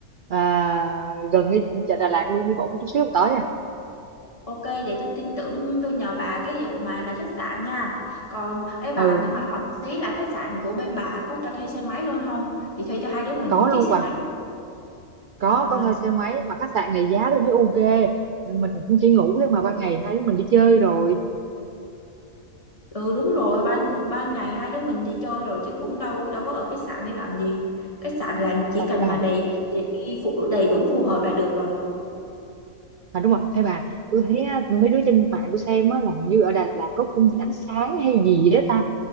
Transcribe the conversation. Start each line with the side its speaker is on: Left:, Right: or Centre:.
Right: à, gần cái chợ Đà Lạt luôn đi bộ có chút xíu tới à
Left: ok vậy tôi tin tưởng tôi nhờ bà cái vụ mà là khách sạn nha còn ê bà
Right: ừ
Left: nhưng mà hỏi một xí là khách sạn của bên bà có cho thuê xe máy luôn không thì thuê cho hai đứa mình
Right: có
Left: một
Right: luôn
Left: chiếc xe
Right: bà
Left: máy
Right: có
Left: ờ
Right: có thuê xe máy mà khách sạn này giá tôi thấy ok mình cũng chỉ ngủ thôi mà ban ngày hai đứa mình đi chơi rồi
Left: ừ đúng rồi ban ban ngày hai đứa mình đi chơi rồi chứ cũng đâu đâu có ở khách sạn để làm gì khách sạn là chỉ cần
Right: À,
Left: mà đầy tiện nghi phụ đầy đủ phù hợp là được rồi
Right: à đúng rồi Ê bà tôi thấy á, mấy đứa trên mạng tôi xem á là hình như ở Đà Lạt có công viên ánh sáng hay gì đó ta